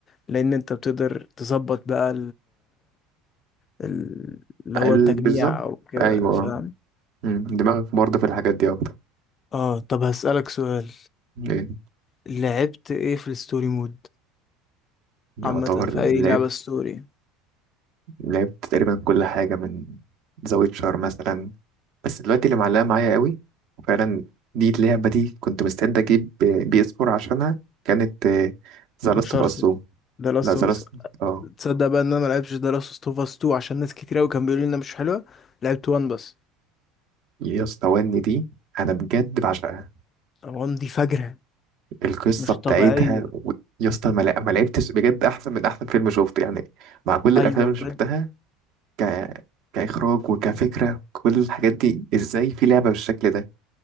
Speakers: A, on the left; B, on the right.
A: لان انت بتقدر تظبط بقى ال- اللي هو
B: ال-
A: التجميع
B: بالظبط
A: او كده
B: ايوه
A: فاهم
B: آه. مم. دماغك برضه في الحاجات دي اكتر
A: اه طب هسألك سؤال
B: ايه
A: لعبت ايه في الستوري مود
B: يعتبر
A: عامة في اي
B: لعبت
A: لعبة ستوري
B: لعبت تقريبا كل حاجة من ذا ويتشر مثلا بس دلوقتي اللي معلقة معايا قوي وفعلا دي اللعبة دي كنت مستعد أجيب بي اس 4 عشانها كانت ذا لاست
A: انشارتد
B: اوف اس
A: ده لاست
B: لا ذا
A: اوف اس
B: لاست اه
A: تصدق بقى ان انا ما لعبتش ده لاست اوف اس 2 عشان ناس كتير قوي كانوا بيقولوا لي انها مش حلوه لعبت 1 بس
B: يا اسطى وني دي أنا بجد بعشقها
A: 1 دي فجرة
B: القصة
A: مش
B: بتاعتها
A: طبيعية
B: و- يا اسطى ما لا- ما لعبتش بجد أحسن من أحسن فيلم شفته يعني مع كل الأفلام
A: ايوه
B: اللي
A: بجد
B: شفتها ك... كإخراج وكفكرة كل الحاجات دي إزاي في لعبة بالشكل ده